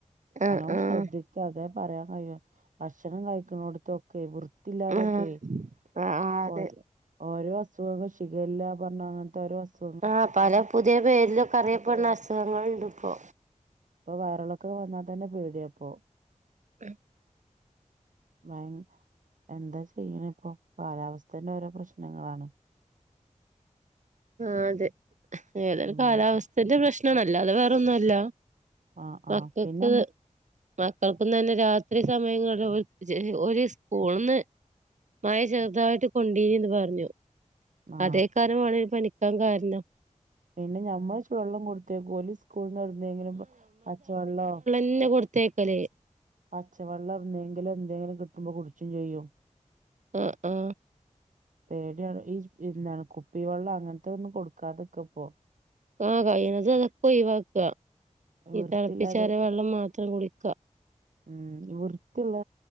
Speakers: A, on the right (about 70°); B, on the right (about 85°).
A: ആഹ്
B: നല്ലോണം
A: ആഹ്
B: ശ്രദ്ധി ക്ക്‌ അതെ പറയാൻ കഴിയു ഭക്ഷണം കഴിക്കുണടത്തൊക്കെ വൃത്തില്ലാതൊക്കെ
A: ആഹ് ആഹ് ആഹ് അതെ
B: ഓരോ ഓരോ അസുഖങ്ങൾ ഷിഗല്ല പറഞ്ഞാ അങ്ങനത്തെ ഓരൊ അസു
A: ആ പല പുതിയ പേരിലൊക്കെ അറിയപ്പെടുന്ന അസുഖങ്ങളുണ്ട് ഇപ്പോ
B: ഇപ്പൊ വയറിളക്കം വന്നാ തന്നെ പേടിയപ്പോ.
A: ഉം
B: <unintelligible> എന്താ ചെയ്യണ ഇപ്പോ കാലാവസ്ഥേന്റെ ഓരോ പ്രശ്നങ്ങളാണ്.
A: ആഹ് അതെ ഏതൊരു
B: ഉം
A: കാലാവസ്ഥേന്റെ പ്രശ്നമല്ലാതെ വേറൊന്നുല്ല.
B: ആ ആ
A: മക്കക്ക്
B: പിന്നെ മ്മ
A: മക്കൾക്ക് തന്നെ രാത്രി സമയങ്ങളിൽ ഒരു സ്കൂളിന്ന് മഴ ചെറുതായിട്ട് കൊണ്ടീനന്ന് പറഞ്ഞു
B: ആ
A: അതേ കാരമാണ് പനിക്കാൻ കാരണം.
B: പിന്നെ ഞമ്മള ചു വെള്ളം കൊടുത്തേക്കും ഓല് സ്കൂളന്ന് എവിടുന്നെങ്കിലും പച്ചവെള്ളോ
A: ഇല്ല കൊടുത്തേക്കല്
B: പച്ചവെള്ളം എന്തെങ്കിലും എന്തെങ്കിലും കിട്ടുമ്പോ കുടിച്ചും ചെയ്യും.
A: ആഹ് ആഹ്
B: പേടിയാണ് ഈ എന്താണ് കുപ്പി വെള്ളം അങ്ങനത്തെ ഒന്നും കൊടുക്കാതെ ഇരിക്ക ഇപ്പോ
A: ആ കഴിവതും അതൊക്കെ ഒഴിവാക്കുക.
B: വൃത്തിയില്ലാതെ
A: ഈ തിളപ്പിച്ചാറിയ വെള്ളം മാത്രം കുടിക്കാ
B: ഉം വൃത്തിയുള്ള